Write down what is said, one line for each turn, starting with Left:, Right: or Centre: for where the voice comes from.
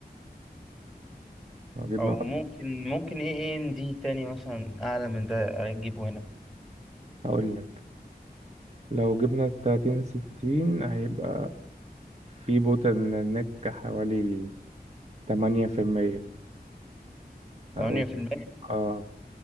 Right: لو جبنا
Centre: او ممكن ممكن ايه ام دي تاني مثلا اعلى من ده اجيبه هنا
Right: اقول لك لو جبنا 30 60 هيبقى في بوتل نيك حوالي 8%
Centre: 8%
Right: او اه